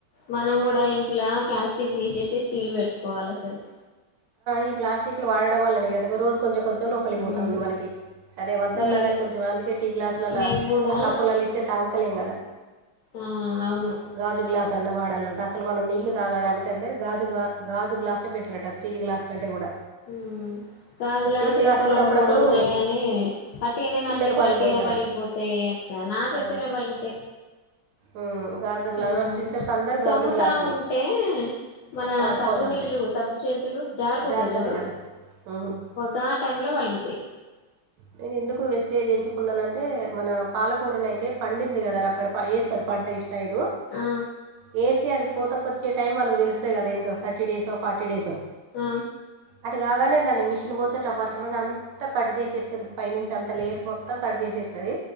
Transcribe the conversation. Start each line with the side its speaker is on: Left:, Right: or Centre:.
Left: మనం కూడా ఇంట్లో ప్లాస్టిక్ తీసేసి స్టీల్ పెట్టుకోవాలి అసలు
Right: ఈ ప్లాస్టిక్లు వాడడం వల్లనే కదా ఒక రోజు కొంచెం కొంచెం లోపలికి పోతాఉంది
Left: ఉమ్
Right: మనకి అదే వద్దన్న
Left: నే
Right: కానీ కొంచెం అందుకే టీ గ్లాసులల
Left: నేను కూడా
Right: ఆ కప్పులల ఇస్తే తాగుతలేం కదా
Left: ఆ అవును
Right: గాజు గ్లాస్ అన్నా వాడాలంట అసలు మనం నీళ్ళు తాగడానికి అయితే గాజుగా గాజు గ్లాసే బెట్టరట అసలు స్టీల్ గ్లాస్ కంటే కూడా
Left: హ్మ్ గాజు గ్లాసులు
Right: స్టీల్ గ్లాస్
Left: ఒక
Right: కూడా
Left: రెండు
Right: అప్పుడప్పుడు
Left: మూడు ఉన్నాయి గాని వట్టిగానే నా
Right: పిల్లలు
Left: చేతులు
Right: పళ్ళు
Left: వట్టి
Right: కొడతారని
Left: గానే పలిగిపోతాయి నా చేతుల్లో
Right: ఆ,
Left: పలుగుతయ్
Right: ఉమ్, గాజు గ్లాస్
Left: హ్మ్
Right: సిస్టర్స్ అందరు
Left: తొమ్ముతా
Right: గాజు గ్లాసులు
Left: ఉంటే మన
Right: ఆ,
Left: సబ్బు
Right: పోతా
Left: నీళ్లు
Right: ఉంటాయి
Left: సబ్బు చేతులు జారిపోతాయి
Right: జారుతుంది
Left: చూడు
Right: కదా ఉమ్.
Left: గా ఆ టైం లో పలుగుతయి
Right: నేను ఎందుకు వెస్టేజ్ ఎంచుకున్నానంటే మన పాలకూరన అయితే పండింది కద ర అక్కడ వేస్తారు పంట ఇటు సైడు
Left: ఆ
Right: వేసి అది పూతకి వచ్చే టైం వాళ్ళకు తెలుస్తయి కద ఎందో థర్టీ డేసో ఫార్టీ డేసో
Left: ఆ
Right: అది కాగానే దాన్ని మిషన్ పోతే ఇట పరని అంత కట్ చేసేస్తది పైనుంచి అంత లేర్స్ మొత్తం కట్ చేసేస్తుంది